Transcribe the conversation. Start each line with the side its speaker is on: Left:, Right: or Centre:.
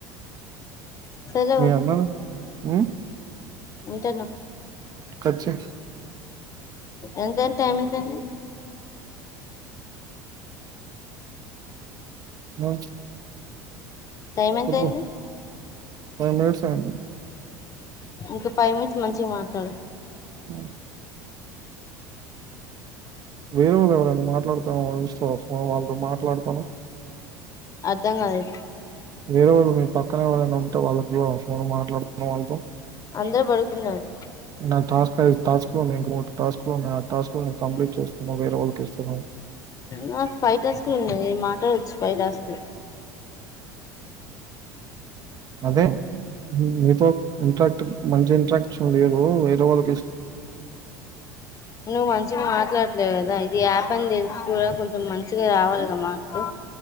Left: సరే
Right: మీ అన్న ఉమ్
Left: ఎంతేన
Right: కట్ చెయ్
Left: ఎంతే టైమైంతైంది
Right: ఆ
Left: టైం ఎంత
Right: చెప్పు
Left: అయింది
Right: ఫైవ్ మినిట్స్ ఆఇంది
Left: ఇంకా పైవ్ మినిట్స్ మంచిగా మాట్లాడు
Right: ఆ వేరే వాళ్ళు ఎవరైనా మాట్లాడుతాను ఇస్తవ ఒకసారి వాళ్ళతో మాట్లాడుతాను
Left: అర్ధం కాలెద్
Right: ఇరే వాళ్ళు మీ పక్కనేవారైనా ఉంటే వాళ్ళకి ఇవ్వవా ఫోన్ మాట్లాడ్ వాళ్ళతో
Left: అందరు పడుకున్నారు
Right: నా టాస్క్ ఐ టాస్క్ లున్నాయ్ ఇంకో ముడు టాస్క్ లోన్నాయ్ ఆ టాస్క్ లో నేను కంప్లీట్ చేస్త నువ్ వేరే వాళ్ళకి ఇస్తే నో
Left: నాకు ఫైవ్ టాస్క్ లు ఉన్నాయ్ నిను మాట్లాడొచ్చు ఫైవ్ టాస్క్ లు
Right: అదే నీతో ఇంట్రాక్ట్ మంచి ఇంట్రాక్షన్ లేరు వేరేవాళ్ళ
Left: నువ్వు మంచిగా మాట్లాడట్లేవ్ కదా ఈది యాప్ అని తెలిసి కూడా కొంచెం మంచిగా రావాలిగా మాటలు